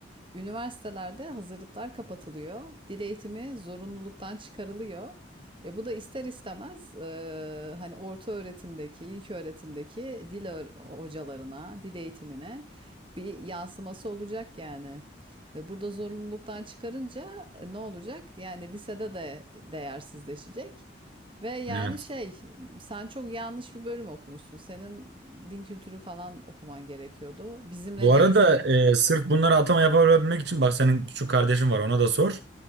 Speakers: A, on the right; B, on the right.
A: Üniversitelerde hazırlıklar kapatılıyor, dil eğitimi zorunluluktan çıkarılıyor. E bu da ister istemez e, hani orta öğretimdeki, ilk öğretimdeki dil öğ- hocalarına, dil eğitimine bir yansıması olacak yani. İşte Burada zorunluluktan çıkarınca e, ne olacak? Yani lisede de değersizleşecek. Ve yani
B: Evet.
A: şey, sen çok yanlış bir bölüm okumuşsun. Senin din kültürü falan okuman gerekiyordu. Bizimle
B: Bu
A: değilsin.
B: arada e, sırf bunlara atama yapabilmek için bak senin şu kardeşin var ona da sor.